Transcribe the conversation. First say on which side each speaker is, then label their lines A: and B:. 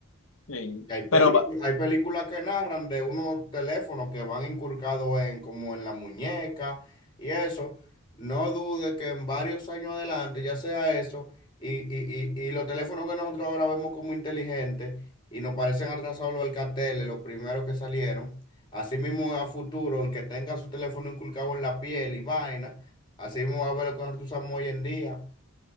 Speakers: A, on the left; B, on the left.
A: Sí.
B: Y Hay peli-
A: Pero va-
B: hay películas que narran de unos teléfonos que van incurcados en como en la muñeca y eso. No dude que en varios años adelante ya sea eso y, y, y, y los teléfonos que nosotros ahora vemos como inteligentes y nos parecen atrasados los alcateles, los primeros que salieron. Así mismo a futuro, el que tenga su teléfono inculcado en la piel y vaina, así mismo va a ver lo que nosotros usamos hoy en día.